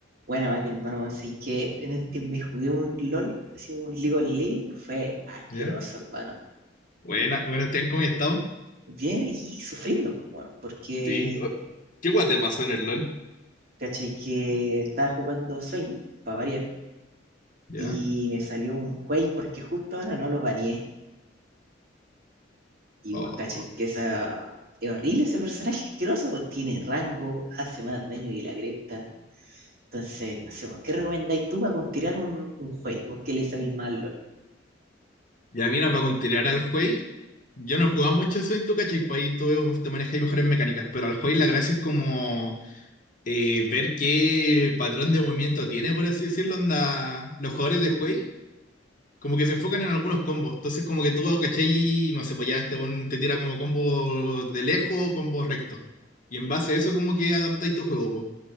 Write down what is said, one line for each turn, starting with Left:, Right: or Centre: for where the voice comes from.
Right: Bueno, Mati, hermano, así que en este me jugué un LOL, así un League of Legends, fue asqueroso,
Left: ¿Ya?
Right: hermano.
Left: Buena, bueno, Esteban, ¿cómo has estado?
Right: Bien aquí sufriendo, bueno, porque,
Left: Sí. o- ¿Qué guay te pasó en el LOL?
Right: ¿cachai? Que estaba jugando Swain, para variar,
Left: ¿Ya?
Right: y me salió un juez porque justo ahora no lo baneé. Y
Left: Oh.
Right: vos, ¿cachai? Que esa... es horrible ese personaje asqueroso, pues, tiene rango, hace más daño que la cresta. Entonces, no sé, weón, ¿qué recomendáis tú para como tirar un, un juez? ¿Vos qué le sabéis mal
Left: Ya mira, para continuar al juez, yo no he jugado mucho Sonic, tú, ¿cachai? Pues ahí tú te manejas y mejores mecánicas, pero al juez la gracia es como eh, ver qué patrón de movimiento tiene, por así decirlo, onda, los jugadores de juez, como que se enfocan en algunos combos, entonces como que tú, ¿cachai? No sé, pues ya este un, te tira como combo de lejos o combo recto, y en base a eso como que adaptáis tu juego,